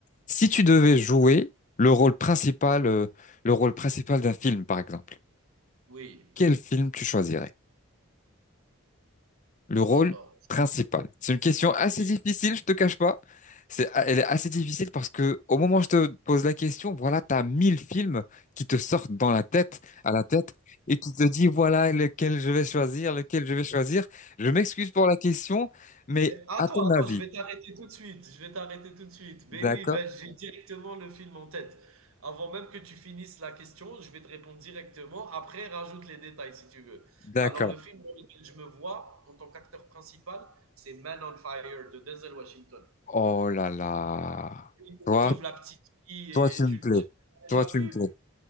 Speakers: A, on the left (about 35°); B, on the right (about 80°).
A: si tu devais jouer le rôle principal, euh, le rôle principal d'un film, par exemple,
B: oui.
A: quel film tu choisirais? le rôle
B: Alors,
A: principal? C'est une question assez
B: oui.
A: difficile, je te cache pas. C'est, ah, elle est assez difficile parce que au moment où je te pose la question, voilà, t'as mille films qui te sortent dans la tête, à la tête, et tu te dis, voilà, lequel je vais choisir, lequel je vais choisir. Je m'excuse pour la question, mais
B: Mais Attends,
A: à ton
B: attends,
A: avis,
B: je vais t'arrêter tout de suite. Je vais t'arrêter tout de suite. Mais
A: d'accord?
B: oui, ben, j'ai directement le film en tête. Avant même que tu finisses la question, je vais te répondre directement. Après, rajoute les détails si tu veux.
A: D'accord.
B: Alors, le film dans lequel je me vois en tant qu'acteur principal, c'est Man on Fire de Denzel Washington.
A: Oh là là.
B: Il
A: Toi,
B: sauve la petite fille
A: toi,
B: et
A: tu me
B: tu,
A: plais.
B: tu l'as
A: Toi,
B: déjà
A: tu
B: vu?
A: me plais.